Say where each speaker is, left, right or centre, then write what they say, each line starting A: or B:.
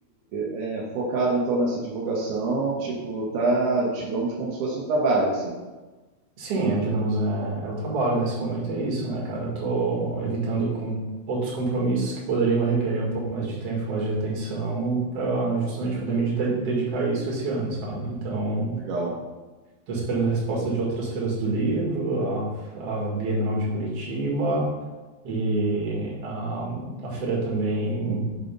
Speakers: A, on the right; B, on the right.
A: é, focado então nessa divulgação, tipo, tá, digamos, como se fosse um trabalho, assim.
B: Sim, é, digamos, é, é o trabalho nesse momento, é isso, né, cara? Eu tô evitando com outros compromissos que poderiam requerer um pouco mais de tempo, mais de atenção, para justamente poder me deda- dedicar a isso esse ano, sabe? Então,
A: Legal.
B: tô esperando resposta de outras feiras do livro, a, a Bienal de Curitiba e a, a feira também